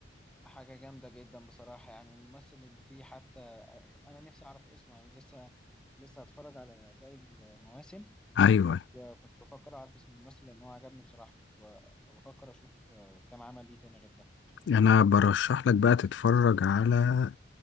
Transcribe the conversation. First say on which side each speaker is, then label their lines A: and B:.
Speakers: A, in the centre; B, on the left.
A: حاجة جامدة جدا بصراحة يعني والممثل اللي فيه حتى آه أنا نفسي أعرف اسمه يعني لسه لسه هتفرج على باقي المواسم
B: ايوه
A: وكنت بفكر أعرف اسم الممثل لأن هو عجبني بصراحة فب... فبفكر أشوف آه كام عمل ليه تاني غير ده
B: انا برشح لك بقى تتفرج على